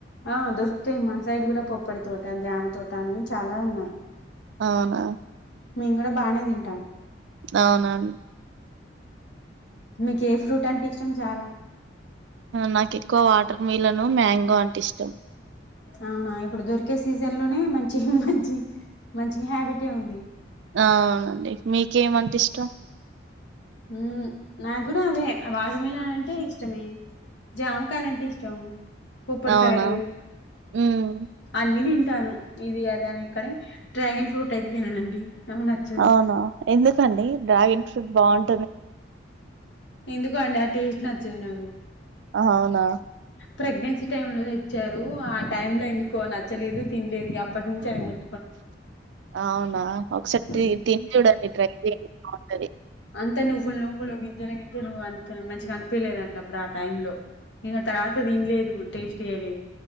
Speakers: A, on the left (about 70°); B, on the right (about 70°).
A: ఆ దొరుకుతాయి మా సైడ్ కూడా పొప్పడి తోట జామ తోట అన్ని చాలా ఉన్నాయి
B: అవునా
A: మేము కూడా బాగానే తింటాం
B: అవునవును
A: మీకు ఏ ఫ్రూట్ అంటే ఇష్టం చాలా
B: నాకు ఎక్కువ వాటర్ మిల్లను, మ్యాంగో అంటే ఇష్టం
A: అవునా ఇప్పుడు దొరికే సీజన్ లోనే మంచి మంచి మంచి హ్యాబిటే ఉంది
B: అ అవునండి మీకేమంటే ఇష్టం
A: ఉ నా కూడా అవే వాజమిళ అంటే ఇష్టమే జామకాయలు అంటే ఇష్టం పుప్పడికాయలు
B: అవునా ఉమ్
A: అన్ని తింటాను ఇది అదని కానీ డ్రాగన్ ఫ్రూట్ అయితే తిననండి నాకు నచ్చదు
B: అవునా ఎందుకండి డ్రాగన్ ఫ్రూట్ బాన్
A: ఎందుకు అండి ఆ టేస్ట్ నచ్చదు నాకు
B: అవునా
A: ప్రెగ్నెన్సీ టైమ్ లోనే ఇచ్చారు ఆ టైమ్ లో ఎందుకో నచ్చలేదు తినలేదు అప్పటి నుంచి అది ముట్
B: అవునా ఒకసారి
A: ఉమ్
B: తిని చూడండి ట్రై చేయండి బాగుంటది
A: అంత నువ్వులు నువ్వులు గింజలు గింజలు అంత మంచిగా అనిపియలేదండి అప్పుడు ఆ టైం లో ఇగ తర్వాత తినలేదు టేస్ట్ చేయలేదు